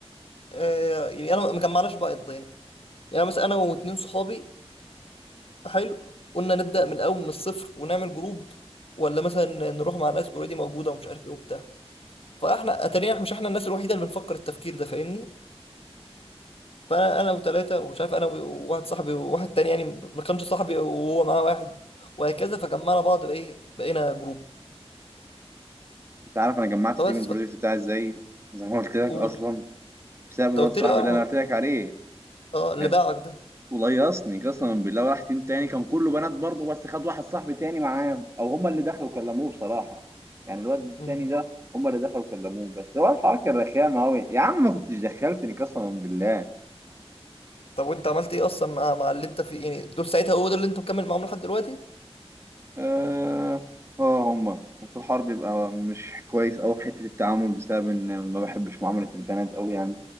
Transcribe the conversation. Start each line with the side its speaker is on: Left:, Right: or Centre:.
Left: آه يعني انا ما جمعناش بقى يعني يعني مثلا انا واتنين صحابي حلو قلنا نبدا من الاول من الصفر ونعمل جروب ولا مثلا نروح مع ناس اوريدي موجوده ومش عارف ايه وبتاع فاحنا اتارينا احنا مش احنا الناس الوحيده اللي بنفكر التفكير ده فاهمني فانا انا وثلاثه ومش عارف انا وواحد صاحبي وواحد تاني يعني ما كانش صاحبي وهو معاه واحد وهكذا فجمعنا بعض بايه بقينا جروب
Right: انت عارف انا جمعت
Left: فبس
Right: تيم البروجكت بتاعي ازاي زي ما قلت لك
Left: فقول
Right: اصلا بسبب
Left: انت
Right: الواد
Left: قلت
Right: صاحبي
Left: لي اه
Right: اللي انا قلت لك عليه
Left: اه اللي
Right: كان
Left: باعك
Right: وليصني قسما بالله وراح تيم تاني كان كله بنات برضه بس خد واحد صاحبي تاني معاه او هما اللي دخلوا كلموه بصراحه يعني الواد التاني
Left: ده
Right: ده هما اللي دخلوا كلموه بس هو الحوار كان رخام قوي يا عم ما كنتش دخلتني قسما بالله
Left: طب وانت عملت ايه اصلا مع مع اللي انت في يعني دول ساعتها هو ده اللي انت مكمل معاهم لحد دلوقتي
Right: اه اه هما بس الحوار بيبقى مش كويس قوي في حته التعامل بسبب ان ما بحبش معامله البنات قوي يعني